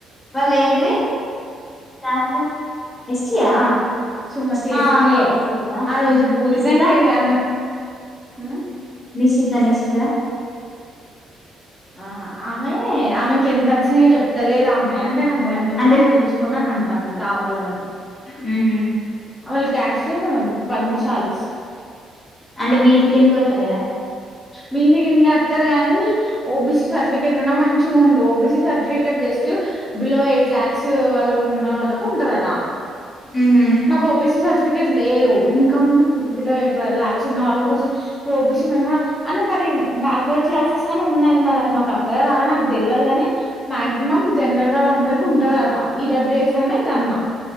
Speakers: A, on the left; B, in the centre.
A: వాళ్ళు ఏంటిది క్యాస్ట్ ఎస్టీ యా
B: సుమతి
A: ఆ
B: ఎస్టీ
A: ఆమె
B: యే
A: కదా
B: ఆ రోజు పూజ
A: నిశిత
B: తంకాతే ఆమె మ్
A: నిశిత నిశిత
B: ఆ ఆమె ఆమెకి ఎంత వచ్చినాయో చెప్తాలేదా ఆమె అంటే నాకు భయం అవుతుంది
A: అంటే
B: నేను చూసుకోను అని అంటాంది కావాలని.
A: మ్
B: ఆమె క్యాస్ట్ మో పద్మశాలి
A: అంటే బీసీకి కిందకి వస్తారు కదా
B: బిసి కిందకి వస్తారు కాని ఓబిసి సర్టిఫికెట్ ఉన్నా మంచిగా ఉండు OBC certificate just below eight lakhs వాళ్ళకు ఉన్న వాళ్ళకు ఉంటదట
A: మ్హూ.
B: నాకు ఓబిసీ సర్టిఫికేట్ లేదు ఇంకమ్ బిలో ఎయిట్వ ల్యాక్స్ ఉన్నవాళ్ల కోసం ఇప్పుడు ఓబీసీ మేము కూడా అంటే మరి బ్యాక్వర్డ్ క్లాసెస్ అని ఉన్నాది మరి అది మాకు అత్తగా రాద నాకు తెలియదు కాని మాక్సిమం జనరల్ వాళ్ళ అందరు ఉంటదట ఈడబ్ల్యూ ఎస్ అన్నా ఇదన్నా